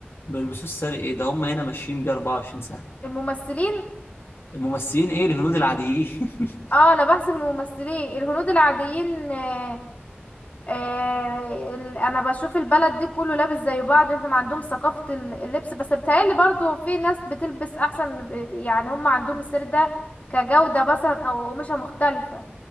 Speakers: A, on the left (about 75°); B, on the left (about 35°).
A: ما بيلبسوش ساري ايه ده هم هنا ماشيين بيه 24 ساعه
B: الممثلين
A: الممثلين ايه الهنود العاديين <laughs>
B: اه انا بحسب الممثلين الهنود العاديين آه، آه، ال- انا بشوف البلد دي كله لابس زي بعض هم عندهم ثقافة ال- اللبس بس بتهيألي برضو في ناس بتلبس احسن يعني هم عندهم السر ده كجودة مثلا او قماشة مختلفة